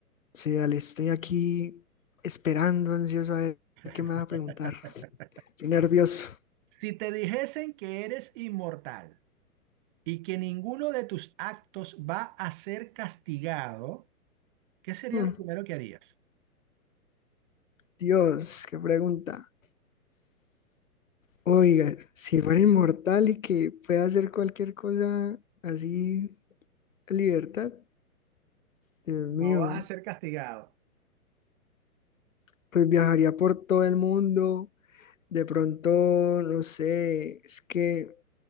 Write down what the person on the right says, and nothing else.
<laughs>
Si te dijesen que eres inmortal y que ninguno de tus actos va a ser castigado, ¿qué sería
lo primero que harías?
No vas a ser castigado.